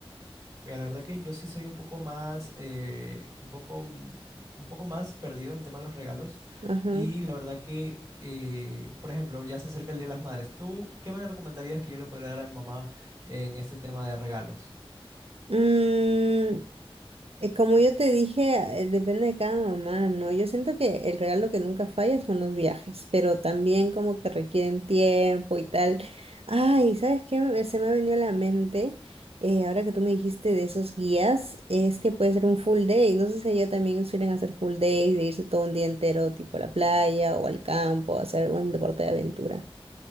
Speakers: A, on the right (about 30°); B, on the right (about 80°).
A: Mira, la verdad que yo sí soy un poco más, eh, un poco, m- un poco más perdido en el tema de los regalos.
B: Ajá.
A: Y la verdad que, eh, por ejemplo, ya se acerca el Día de las Madres. ¿Tú qué me recomendarías que yo le podría dar a mi mamá en este tema de regalos?
B: Mm, Eh, Como yo te dije, eh, depende de cada mamá, ¿no? Yo siento que el regalo que nunca falla son los viajes, pero también como que requieren tiempo y tal. Ay, ¿sabes qué? Me- Se me ha venido a la mente, eh, ahora que tú me dijiste de esos guías, es que puede ser un full day. No sé si allá también suelen hacer full days, de irse todo un día entero, tipo a la playa o al campo, a hacer un deporte de aventura.